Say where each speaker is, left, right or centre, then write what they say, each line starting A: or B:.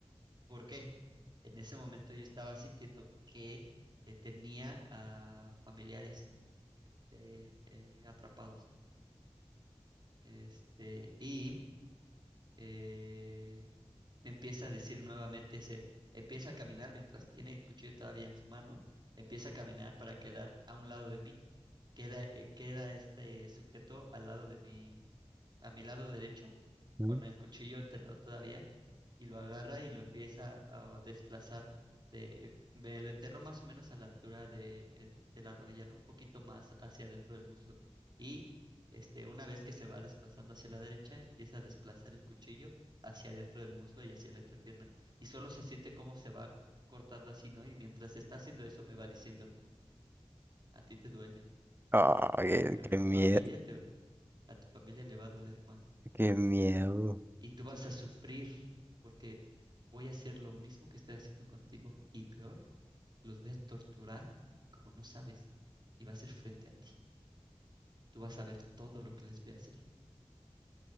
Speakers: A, on the right; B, on the right.
A: ¿Por qué? En ese momento yo estaba sintiendo que eh, tenía a familiares este, eh, atrapados. Este, y eh, me empieza a decir nuevamente, se empieza a caminar mientras tiene el cuchillo todavía en su mano, empieza a caminar para quedar a un lado de mí queda, eh, queda este sujeto al lado de mi, a mi lado derecho,
B: ujú.
A: con el cuchillo enterrado todavía, y lo agarra y lo empieza a desplazar. De, eh, me lo enterró más o menos a la altura de, eh, de la rodilla, ¿no? Un poquito más hacia adentro del muslo. Y este, una vez que se va desplazando hacia la derecha, empieza a desplazar el cuchillo hacia adentro del muslo y hacia la entrepierna. Y solo se siente cómo se va cortando así, ¿no? Y mientras está haciendo eso, me va diciendo, a ti te duele
B: Ah, qué,
A: pero
B: qué
A: a tu
B: miedo,
A: familia te, a tu familia le va a doler más
B: qué miedo.
A: y tú vas a sufrir porque voy a hacer lo mismo que estoy haciendo contigo y peor, los voy a torturar como no sabes y va a ser frente a ti. Tú vas a ver todo lo que les voy a hacer.